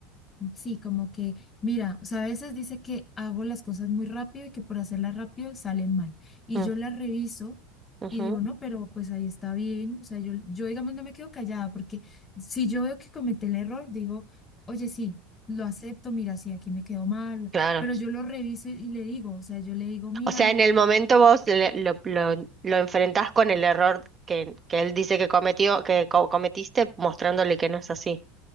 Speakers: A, on the left (about 25°); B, on the right (about 25°).
A: Sí, como que, mira, o sea, a veces dice que hago las cosas muy rápido y que por hacerlas rápido salen mal. Y
B: Mm,
A: yo las reviso
B: ujú,
A: y digo, no, pero pues ahí está bien. O sea, yo, yo digamos, no me quedo callada porque si yo veo que cometí el error, digo, oye, sí, lo acepto, mira, sí, aquí me quedó mal.
B: claro.
A: Pero yo lo reviso y, y le digo, o sea, yo le digo, mira,
B: O sea, en el momento vos le- lo, lo, lo enfrentás con el error que, que él dice que cometió, que co- cometiste, mostrándole que no es así.